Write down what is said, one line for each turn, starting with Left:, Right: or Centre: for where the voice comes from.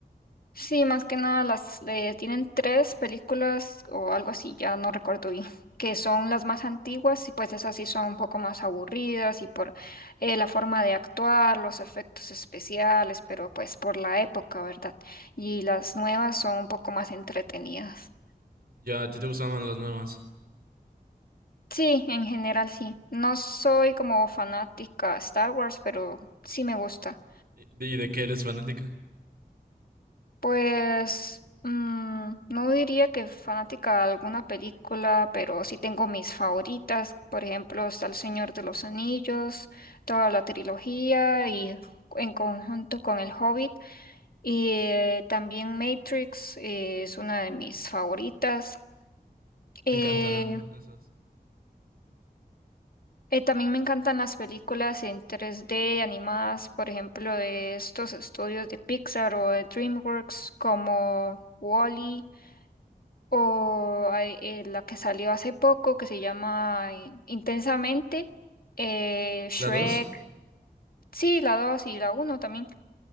Left: Sí, más que nada las eh, tienen tres películas o algo así, ya no recuerdo bien, que son las más antiguas y pues esas sí son un poco más aburridas y por eh, la forma de actuar, los efectos especiales, pero pues por la época, ¿verdad? Y las nuevas son un poco más entretenidas.
Right: Ya, ¿a ti te gustan más las nuevas?
Left: Sí, en general sí. No soy como fanática de Star Wars, pero sí me gusta.
Right: ¿Y y de qué eres fanática?
Left: Pues mm, no diría que fanática de alguna película, pero sí tengo mis favoritas. Por ejemplo, está El Señor de los Anillos, toda la trilogía y en conjunto con El Hobbit. Y eh, también Matrix eh, es una de mis favoritas. Eh,
Right: Me encantan esas.
Left: eh, también me encantan las películas en tres d animadas, por ejemplo, de estos estudios de Pixar o de DreamWorks como Wall-E. O hay, eh, la que salió hace poco, que se llama eh, Intensamente, eh, Shrek,
Right: ¿La 2?
Left: sí, la 2 y la uno también.